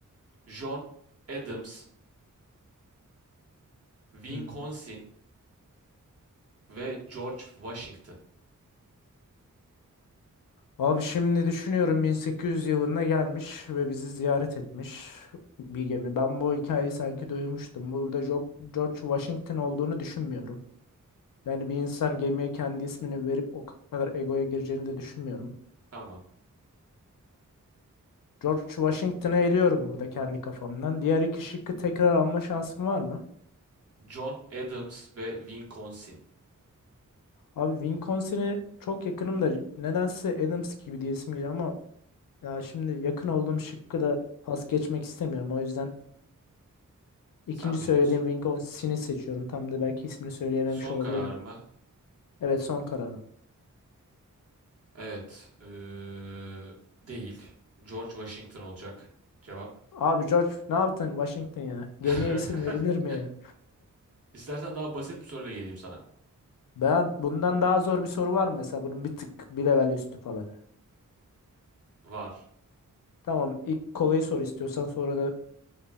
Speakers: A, on the right; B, on the left.
A: John Adams, Wisconsin,
B: Hmm.
A: ve George Washington.
B: Abi şimdi düşünüyorum 1800 yılında gelmiş ve bizi ziyaret etmiş bir gemi. Ben bu hikayeyi sanki duymuştum. Burada Jo- George Washington olduğunu düşünmüyorum. Yani bir insan gemiye kendi ismini verip o kadar egoya gireceğini de düşünmüyorum.
A: Tamam.
B: George Washington'ı eliyorum burada kendi kafamdan. Diğer iki şıkkı tekrar alma şansım var mı?
A: John Adams ve Wisconsin.
B: Abi Wisconsin'i çok yakınım da nedense Adams gibi diyesim geliyor ama ya şimdi yakın olduğum şıkkı da pas geçmek istemiyorum. O yüzden ikinci
A: Sen
B: söylediğim
A: biliyorsun.
B: Wisconsin'i seçiyorum. Tam da belki ismini söyleyememiş
A: Son
B: olabilirim.
A: kararımı
B: Evet son kararım.
A: evet eee, değil. George Washington olacak cevap.
B: Abi George ne yaptın Washington ya?
A: <laughs>
B: Gemiye isim verilir mi ya?
A: İstersen daha basit bir soruyla geleyim sana.
B: Ben bundan daha zor bir soru var mı mesela bunun bir tık bir level üstü falan.
A: Var.
B: Tamam ilk kolayı sor istiyorsan sonra da